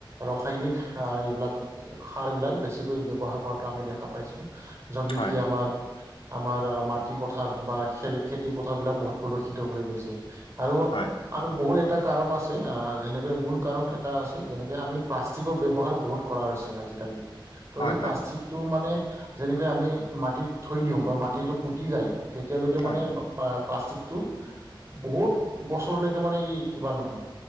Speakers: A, on the right (about 35°); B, on the left (about 90°).
A: ৰাসায়নিক এইবিলাক সাৰবিলাক বেছিকৈ ব্যৱহাৰ কৰাটো আমি দেখা পাইছোঁ। য'ত নেকি
B: হয়।
A: আমাৰ, আমাৰ মাটি পথাৰ বা খেলে খেতি পথাৰবিলাক বহুত প্ৰদূষিত হৈ গৈছে, আৰু
B: হয়,
A: আৰু বহুত এটা কাৰণ আছে যেনেকৈ মূল কাৰণ এটা আছে যেনেকৈ আমি প্লাষ্টিকৰ ব্যৱহাৰ বহুত কৰা হৈছে আজিকালি। ত'
B: হয়,
A: এই প্লাষ্টিকটো
B: হয়,
A: মানে যেনেকৈ আমি মাটিত থৈ দিওঁ বা মাটিতটো পুতি যায়। তেতিয়ালৈকে মানে
B: হয়,
A: প্লাষ্টিকটো, বহুত বছৰলৈকে মানে এই কিবা নহয়।